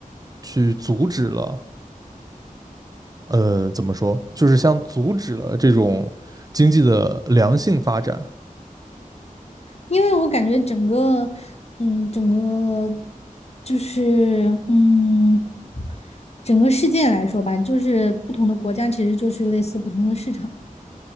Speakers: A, on the right; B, on the left.
A: 去阻止了，呃，怎么说，就是像阻止了这种经济的良性发展，
B: 因为我感觉整个，嗯，整个就是嗯，整个世界来说吧，就是不同的国家其实就是类似不同的市场。